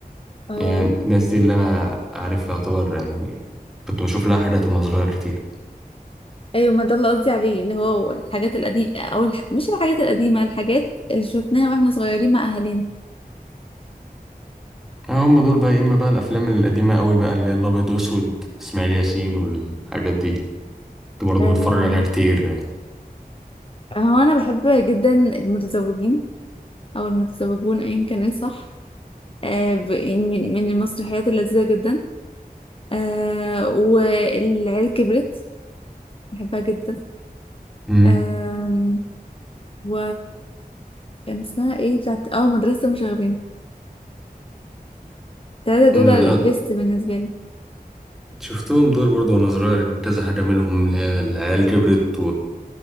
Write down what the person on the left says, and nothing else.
اه
ايوه ما ده اللي قصدي عليه اللي هو الحاجات القديمه او الح... مش الحاجات القديمه الحاجات اللي شفناها واحنا صغيرين مع اهالينا
أم،
هو انا بحب جدا المتزوجين او المتزوجون ايا كان ايه صح آه، ب- يعني من من المسرحيات اللذيذة جدا آه، والعيال كبرت بحبها جدا
آم، و كان اسمها ايه بتاعت اه مدرسة مشاغبين التلاتة
دول البيست بالنسبة لي